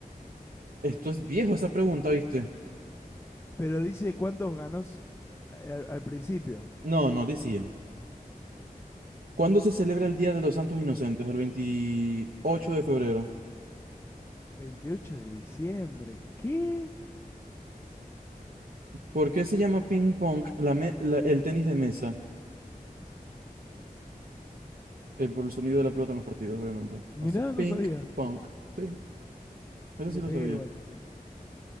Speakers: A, on the right (about 75°); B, on the left (about 15°).
A: Esto es viejo esa pregunta, ¿viste?
B: Pero dice cuántos ganó s- al, al principio.
A: No, no, decía. ¿Cuándo se celebra el Día de los Santos Inocentes? El 28 de febrero.
B: 28 de diciembre. ¿Qué?
A: ¿Por qué se llama ping pong la me- la- el tenis de mesa? El, por el sonido de la pelota en los partidos, obviamente.
B: Mirá,
A: Hace
B: no
A: ping
B: sabía.
A: pong. Sí, Eso
B: Le
A: sí lo
B: pegué
A: sabía.
B: igual.